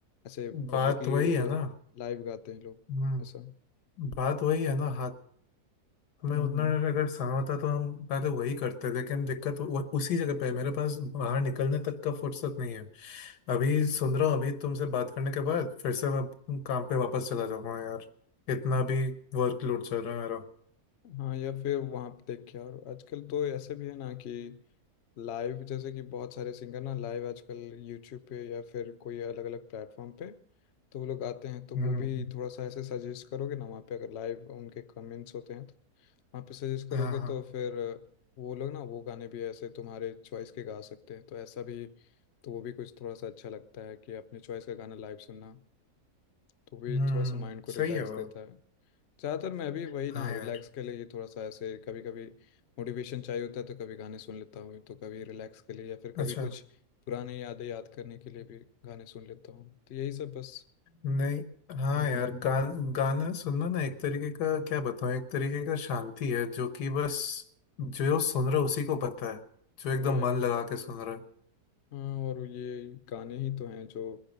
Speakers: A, on the left (about 55°); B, on the left (about 85°).
A: ऐसे
B: बात
A: पब्लिकली
B: वही है
A: रो
B: ना
A: लाइव गाते हैं लोग
B: हम्म
A: ऐसा
B: बात वही है ना हाथ में
A: हम्म
B: उतना अगर समय होता तो हम पहले वही करते लेकिन दिक्कत वो, उसी जगह पे है मेरे पास बाहर निकलने तक का फुर्सत नहीं है अभी सुन रहा हूँ अभी तुमसे बात करने के बाद फिर से मैं काम पे वापस चला जाऊंगा यार इतना
A: हम्म।
B: भी वर्कलोड चल रहा है मेरा
A: हाँ या फिर वहाँ पे देख के और आजकल तो ऐसे भी है ना कि लाइव जैसे कि बहुत सारे सिंगर ना लाइव आजकल यूट्यूब पे या फिर कोई अलग अलग प्लेटफॉर्म पे तो वो लोग आते हैं तो
B: हम्म
A: वो भी थोड़ा सा ऐसे सजेस्ट करोगे ना वहाँ पे अगर लाइव उनके कमेंट्स होते हैं तो वहाँ पे सजेस्ट करोगे
B: हाँ हाँ
A: तो फिर वो लोग ना वो गाने भी ऐसे तुम्हारे चॉइस के गा सकते हैं तो ऐसा भी तो वो भी कुछ थोड़ा सा अच्छा लगता है कि अपने चॉइस का गाना लाइव सुनना तो भी
B: हम्म
A: थोड़ा सा माइंड को रिलैक्स
B: सही है वो
A: देता है ज़्यादातर मैं अभी वही
B: हाँ
A: ना रिलैक्स
B: यार
A: के लिए ये थोड़ा सा ऐसे कभी कभी मोटिवेशन चाहिए होता है तो कभी गाने सुन लेता हूँ तो कभी रिलैक्स के लिए या फिर कभी
B: अच्छा
A: कुछ पुराने यादें याद करने के लिए भी गाने सुन लेता हूँ तो यही सब बस
B: नहीं हाँ
A: हम्म
B: यार गा, गाना सुनना ना एक तरीके का क्या बताऊँ एक तरीके का शांति है जो कि बस जो सुन रहा है उसी को पता है जो
A: वही
B: एकदम मन लगा के सुन रहा है
A: हाँ और ये गाने ही तो हैं जो